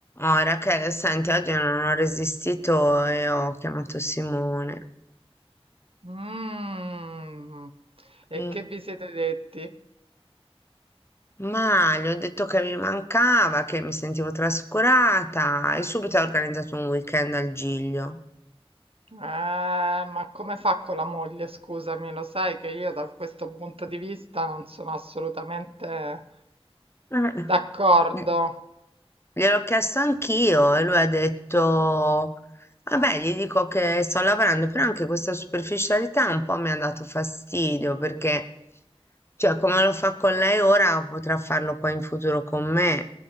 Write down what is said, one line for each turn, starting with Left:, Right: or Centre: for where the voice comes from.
Left: Oh, Rachele, senti, oggi non ho resistito e ho chiamato Simone.
Right: Mh. E
Left: Mm,
Right: che vi siete detti?
Left: Ma gli ho detto che mi mancava, che mi sentivo trascurata e subito ha organizzato un weekend al Giglio.
Right: Ah, ma come fa con la moglie? Scusami, lo sai che io da questo punto di vista non sono assolutamente
Left: Eh.
Right: d'accordo.
Left: Mm, Gliel'ho chiesto anch'io e lui ha detto, vabbè, gli dico che sto lavorando, però anche questa superficialità un po' mi ha dato fastidio perché, cioè, come lo fa con lei ora, potrà farlo poi in futuro con me.